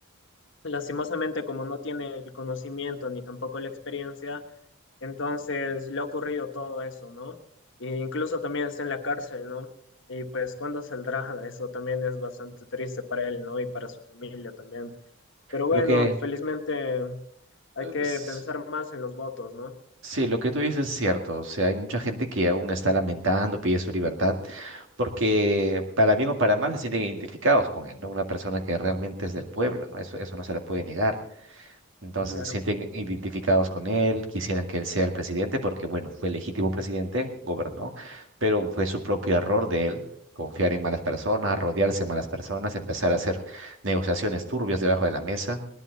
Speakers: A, on the left (about 60°); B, on the right (about 60°).
A: <clears throat> lastimosamente como no tiene el conocimiento ni tampoco la experiencia, entonces le ha ocurrido todo eso, ¿no? E incluso también está en la cárcel, ¿no? Y pues cuándo saldrá, eso también es bastante triste para él, ¿no? Y para su familia también. Pero bueno,
B: Lo que...
A: felizmente hay
B: eh,
A: que
B: s-
A: pensar más en los votos, ¿no?
B: Sí, lo que tú dices es cierto. O sea, hay mucha gente que aún está lamentando, pide su libertad, porque para bien o para mal se sienten identificados con él, ¿no? Una persona que realmente es del pueblo, ¿no? Eso, eso no se le puede negar. Entonces
A: Claro,
B: se sienten identificados con él, quisieran que él sea el presidente, porque bueno, fue legítimo presidente, gobernó, pero fue su propio error de él. confiar en malas personas, rodearse de malas personas, empezar a hacer negociaciones turbias debajo de la mesa